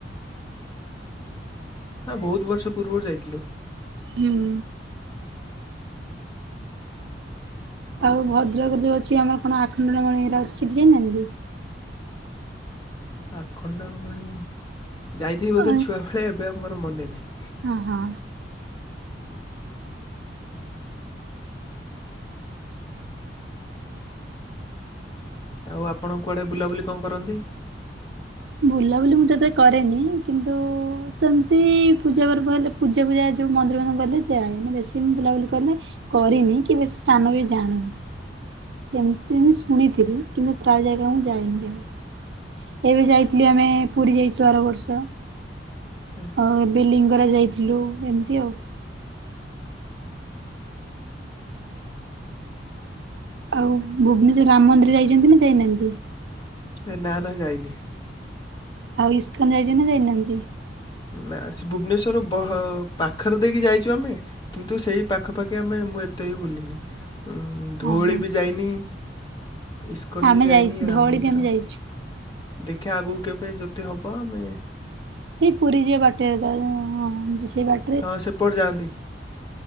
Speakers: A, on the left; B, on the right.
A: ଆ ବହୁତ୍ ବର୍ଷ ପୂର୍ବରୁ ଯାଇଥିଲୁ।
B: ହୁଁ। ଆଉ ଭଦ୍ରକ ରେ ଯୋଉ ଅଛି ଆମର କଣ ଆଖଣ୍ଡଳମଣି ଏରା ଅଛି ସେଠି ଯାଇନାହାନ୍ତି?
A: ଆଖଣ୍ଡଳମଣି, ଯାଇଥିବି ବୋଧେ
B: ଅ
A: ଛୁଆବେଳେ ଏବେ ଆଉ ମୋର ମନେ ନାହିଁ।
B: ହଁ ହଁ।
A: ଆଉ ଆପଣ କୁଆଡେ ବୁଲାବୁଲି କଣ କରନ୍ତି?
B: ବୁଲାବୁଲି ମୁଁ ତ ଏତେ କରେନି, କିନ୍ତୁ ସେମିତି ପୂଜା ପର୍ବ ହେଲେ ପୂଜା ଫୁଜା ଯଉ ମନ୍ଦିର ଫନ୍ଦିର ଗଲେ ଯାଏ। ବେଶୀ ମୁଁ ବୁଲା ବୁଲି କରିଲେ କରିନି କି ବେଶୀ ସ୍ଥାନ ବି ଜାଣିନି। କେମିତି ବି ଶୁଣିଥିବି କିନ୍ତୁ ପ୍ରାୟ ଜାଗା ମୁଁ ଯାଇନି କେଭେ। ଏବେ ଯାଇଥିଲୁ ଆମେ ପୁରୀ ଯାଇଥିଲୁ ଆର ବର୍ଷ।
A: ହଁ
B: ଆଉ ଏବେ ଲିଙ୍ଗରାଜ ଯାଇଥିଲୁ ଏମିତି ଆଉ। ଆଉ ଭୁବନେଶ୍ୱର ରାମ ମନ୍ଦିର ଯାଇଛନ୍ତି ନା ଯାଇନାହାନ୍ତି?
A: ଏ ନା ନା ଯାଇନି।
B: ଆଉ ଇସ୍କନ୍ ଯାଇଛନ୍ତି ନା ଯାଇନାହାନ୍ତି?
A: ନା ସେ ଭୁବନେଶ୍ଵର ବହ ପାଖରେ ଦେଇକି ଯାଇଚୁ ଆମେ କିନ୍ତୁ ସେଇ ପାଖାପାଖି ଆମେ ମୁଁ ଏତେ ବି ବୁଲିନି। ଉଁ ଧଉଳି
B: ଓହୋ
A: ବି ଯାଇନି। ଇସ୍କନ
B: ଆମେ
A: ବି ଯାଇନି।
B: ଯାଇଛୁ ଧଉଳି
A: ରାମ ମନ୍ଦିର,
B: ବି ଆମେ ଯାଇଛୁ
A: ଦେଖିବା ଆଗକୁ କେବେ ଯଦି ହବ ଆମେ
B: ସେଇ ପୁରୀ ଯିବା ବାଟରେ <unintelligible> ସେଇ ବା-
A: ହଁ ସେପଟେ ଯାଆନ୍ତି।